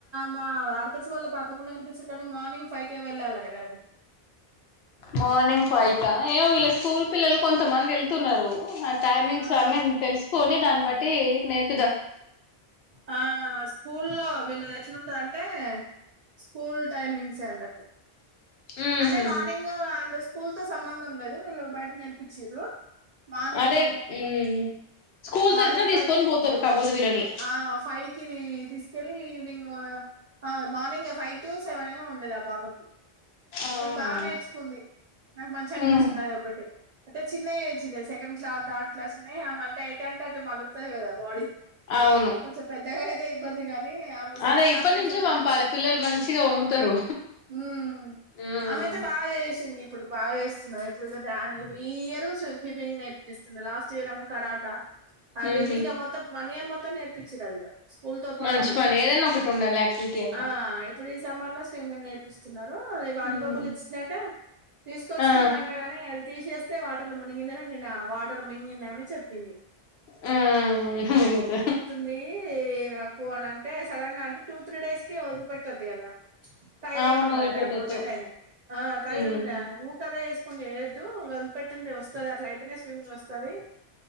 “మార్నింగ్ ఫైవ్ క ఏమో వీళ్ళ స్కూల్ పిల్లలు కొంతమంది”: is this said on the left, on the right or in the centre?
Left